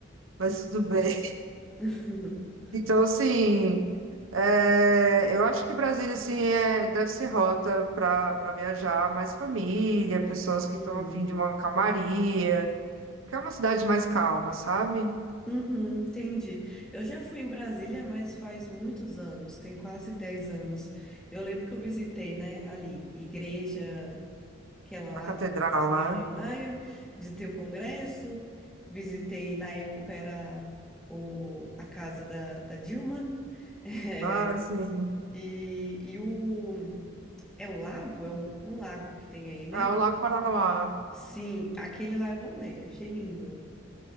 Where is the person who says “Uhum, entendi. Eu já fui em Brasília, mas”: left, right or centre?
Centre